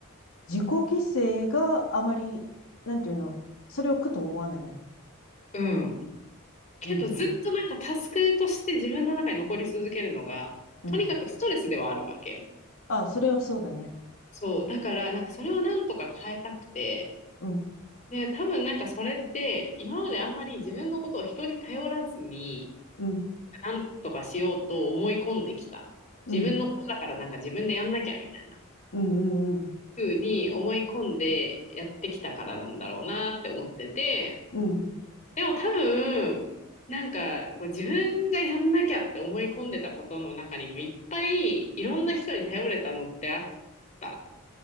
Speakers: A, on the left; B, on the left.
A: 自己犠牲があまり、なんていうの、それを苦と思わないんだ。
B: うん。けどずっとなんかタスクとして自分の中に残り続けるのが、
A: うん、うん、うん。
B: とにかくストレスではあるわけよ。
A: ああ、それはそうだね。
B: そう。だから、なんかそれをなんとか変えたくて、
A: うん、
B: で、多分なんかそれって今まであんまり自分のことを人に頼らずに、
A: うん、
B: なんとかしようと思い込んできた。
A: うん、
B: 自分のことだからなんか自分でやんなきゃみたいな。
A: うん、うん、うん、
B: ふうに思い込んでやってきたからなんだろうなって思ってて、
A: うん、
B: でも多分、なんかこう自分がやんなきゃって思い込んでたことの中にもいっぱいいろんな人に頼れたのってあった